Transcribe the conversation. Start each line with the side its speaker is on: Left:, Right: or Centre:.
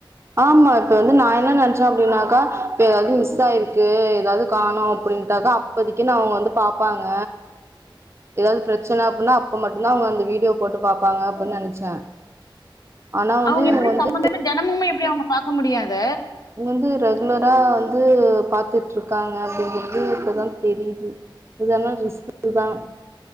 Right: ஆமா இப்ப வந்து நா என்ன நென்ச்ச அப்டின்னாக்கா இப்ப ஏதாவ்து மிஸ் ஆயிருக்கு ஏதாவ்து காணோ அப்டின்ட்டாக்கா இப்போதிக்குனா அவுங்க வந்து பாப்பாங்க எதாது பிரச்சன அப்பனா அப்ப மட்டுந்தா அவுங்க அந்த வீடியோ போட்டு பாப்பாங்க அப்டின் நெனச்சே ஆனா வந்து
Left: அவுங்க
Right: இவுங்க
Left: எப்டி
Right: வந்து
Left: சம்பந்தமே தெனமுமே எப்டி அவுங்க பாக்க முடியு அத
Right: இங்க வந்து ரெகுலரா வந்து பாத்துட்ருக்காங்க அப்டிங்கறது இப்பதா தெரியிது இத் தான ரிஸ்கு தா